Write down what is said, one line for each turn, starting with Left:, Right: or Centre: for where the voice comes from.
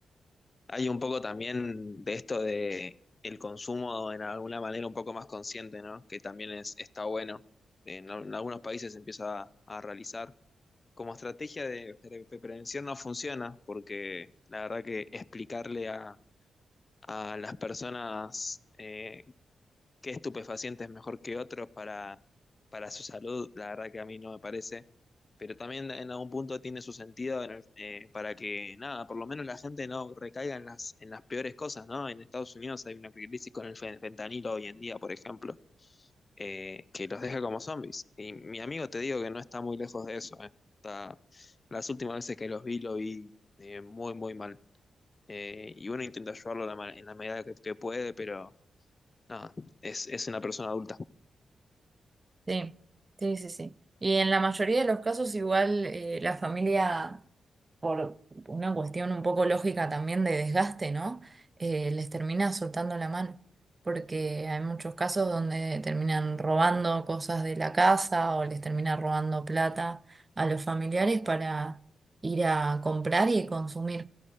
Left: hay un poco también de esto de el consumo en alguna manera un poco más consciente, ¿no? Que también es, está bueno. Eh, En, al- en algunos países se empieza a a realizar como estrategia de, pre- pre- prevención no funciona, porque la verdad que explicarle a, a las personas eh, qué estupefaciente es mejor que otros para, para su salud, la verdad que a mí no me parece. Pero también en algún punto tiene su sentido en el- eh, para que, nada, por lo menos la gente no recaiga en las, en las peores cosas, ¿no? En Estados Unidos hay una crisis con el fen- fentanilo hoy en día, por ejemplo eh, que los deja como zombies. Y mi amigo te digo que no está muy lejos de eso, eh. Está, las últimas veces que los vi, lo vi eh, muy, muy mal. Eh, y uno intenta ayudarlo la ma- en la medida que, que puede, pero nada, es, es una persona adulta.
Right: Sí, sí, sí, sí. Y en la mayoría de los casos igual eh, la familia, por una cuestión un poco lógica también de desgaste, ¿no? Eh, les termina soltando la mano, porque hay muchos casos donde terminan robando cosas de la casa o les termina robando plata a los familiares para ir a comprar y consumir.